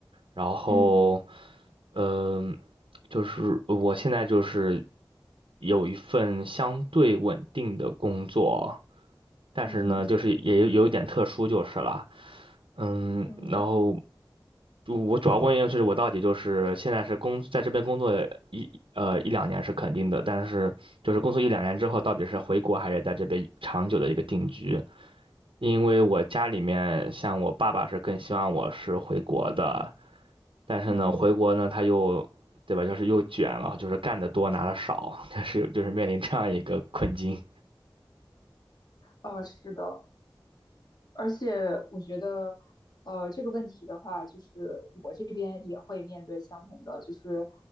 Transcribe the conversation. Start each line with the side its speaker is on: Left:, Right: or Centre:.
Right: 然后，
Left: 嗯
Right: 嗯、就是我现在就是有一份相对稳定的工作，但是呢，
Left: 嗯
Right: 就是也有有一点特殊就是了，嗯，
Left: 嗯
Right: 然后就我主要问的就是我到底就是现在是工在这边工作一呃一两年是肯定的，但是就是工作一两年之后到底是回国还是在这边长久的一个定居，因为我家里面像我爸爸是更希望我是回国的，但是呢，
Left: 嗯，
Right: 回国呢他又，对吧，就是又卷了，就是干得多拿的少，<laughs> 但是就是面临这样一个困境。
Left: 啊、是的。而且我觉得，呃，这个问题的话，就是我这边也会面对相同的，就是，